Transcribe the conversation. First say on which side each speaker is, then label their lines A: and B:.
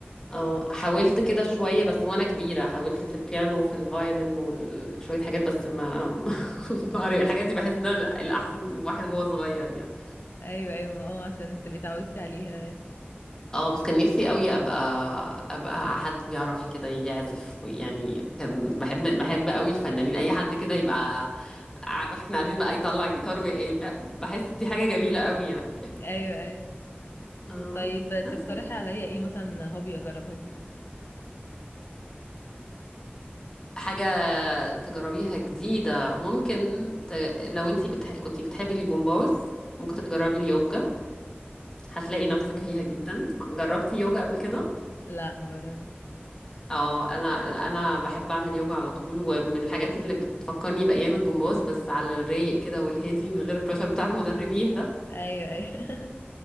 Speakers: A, on the left; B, on the left.
A: اه حاولت كده شوية بس وانا كبيرة حاولت في البيانو وفي الفايلن وشوية حاجات بس ما <laughs> ما عرف- الحاجات دي بحس انها الاحسن واحد وهو صغير يعني
B: ايوه ايوه ما- اه عشان تبقي اتعودتي عليها
A: اه بس كان نفسي قوي ابقى ابقى حد بيعرف كده يعزف يعني كان بحب بحب قوي الفنانين اي حد كده يبقى ع- واحنا قاعدين بقى يطلع جيتار وي- بحس دي حاجة جميلة قوي يعني
B: ايوه ايوه
A: اه
B: طيب
A: بس
B: تقترحي عليا ايه مثلا هوبي اجربها جديد
A: حاجة تجربيها جديدة ممكن ت... لو انتي بتح... كنتي بتحبي الجمباز ممكن تجربي اليوجا هتلاقي
B: مم،
A: نفسك
B: ممكن
A: فيها جدا جربتي يوجا قبل كده
B: لا ما جربت
A: اه انا انا بحب اعمل يوجا على طول ومن الحاجات اللي بتفكرني بايام الجمباز بس على الرايق كده والهادي من غير البريشر بتاع المدربين ده
B: ايوه ايوه <laughs>